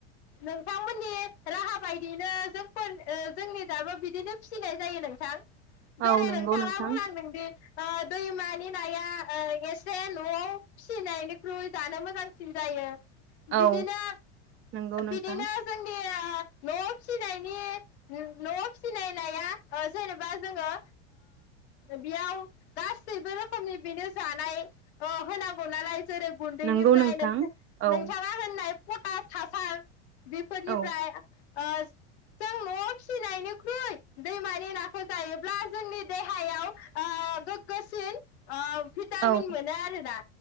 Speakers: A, on the left (about 80°); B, on the right (about 40°).
A: नोंथांमोननि राहा बायदियैनो जोंफोर ओ जोंनि दाबो बिदिनो फिसिनाय जायो नोंथां। जेरै
B: औ नंगौ
A: नोंथाङा
B: नोंथां
A: बुंलांदोंदि ओ दैमानि नाया ओ एसे न'आव फिसिनायनिख्रुइ जानो मोजांसिन जायो। बिदिनो
B: औ नंगौ
A: बिदिनो
B: नोंथां
A: जोंनि <inaudible> न'आव फिसिनायनि न'आव फिसिनाय नाया जेनेबा जोङो बेयाव गासैबो रोखोमनि बेनो जानाय ओ होनांगौ नालाय जेरै गुन्दैनिफ्राय
B: नंगौ
A: नोंथां
B: औ
A: नोंथाङा होननाय पटास हासार बिफोरनिफ्राय
B: औ
A: ओ जों न'आव फिसिनायनिख्रुइ दैमानि नाखौ जायोब्ला जोंनि देहायाव ओ गो गो सिन ओ भिटामिन
B: औ
A: मोनो आरोना